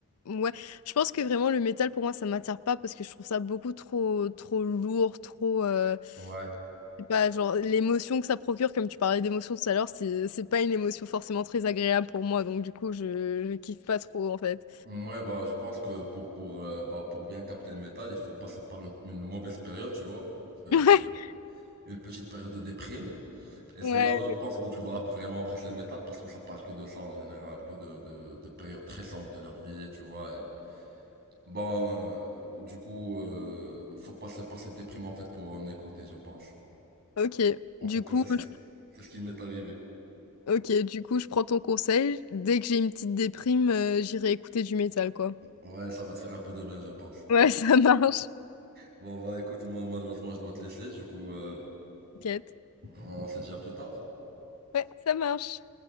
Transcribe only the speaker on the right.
Ouais.
Ouais, bah, je pense que pour, pour, euh, bah, pour bien capter le métal, il faut passer par une, une mauvaise période, tu vois. Euh,
une petite période de déprime. Et c'est
là où je
pense où tu vas vraiment apprécier le métal parce que ça parle que de ça en général, que de, de, de périodes très sombres de leur vie, tu vois. Et- Bon, euh, du coup, euh, faut passer par cette déprime en fait pour en écouter, je pense.
En
tout cas,
c'est ce,
qui- c'est ce qui m'est arrivé.
Ouais, ça va te faire un peu de bien, je pense.
Bon, bah écoute, moi malheureusement, je dois te laisser, du coup, euh,
on se dit à plus tard.